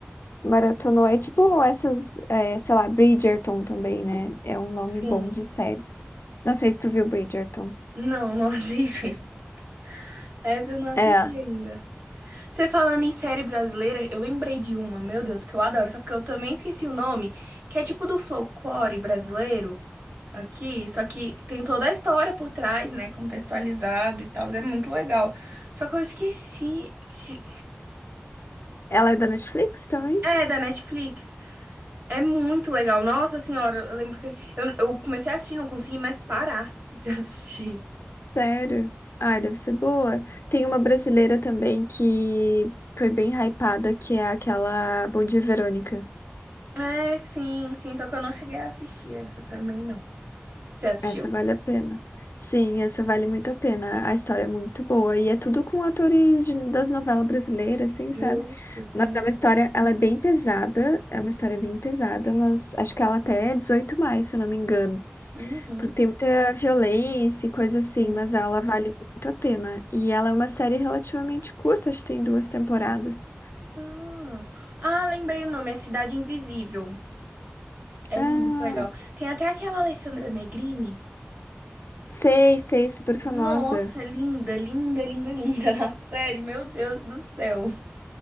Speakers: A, on the left; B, on the right.
A: Maratonou. É tipo essas, é, sei lá, Bridgerton também, né? É um nome
B: sim.
A: bom de série. Não sei se tu viu Bridgerton.
B: Não, não assisti. <laughs> Essa eu não assisti
A: É,
B: ainda. Você falando em série brasileira, eu lembrei de uma, meu Deus, que eu adoro, só que eu também esqueci o nome, que é tipo do folclore brasileiro. Aqui, só que tem toda a história por trás, né? Contextualizado e tal, é muito legal. Só que eu esqueci. se-
A: ela é da Netflix também?
B: É, da Netflix. É muito legal. Nossa senhora, eu lembro que eu, eu comecei a assistir, não consegui mais parar de <laughs> assistir.
A: Sério? Ai, deve ser boa. Tem uma brasileira também que foi bem hypada, que é aquela Bom Dia, Verônica.
B: É, sim, sim, só que eu não cheguei a assistir essa também, não. Você assistiu?
A: Essa vale a pena. Sim, essa vale muito a pena. A história é muito boa e é tudo com atores de- das novelas brasileiras, assim,
B: Justo,
A: sabe?
B: sim.
A: Mas é uma história, ela é bem pesada, é uma história bem pesada, mas acho que ela até é 18 mais, se eu não me engano,
B: Uhum,
A: porque tem muita violência e coisa assim,
B: sim.
A: mas ela vale muito a pena. E ela é uma série relativamente curta, acho que tem duas temporadas.
B: Ah, ah, lembrei o nome, é Cidade Invisível.
A: Ah,
B: É muito legal. Tem até aquela Alessandra Negrini.
A: sei, sei, super famosa.
B: Nossa, linda, linda, linda, linda. <laughs> Na série, meu Deus do céu.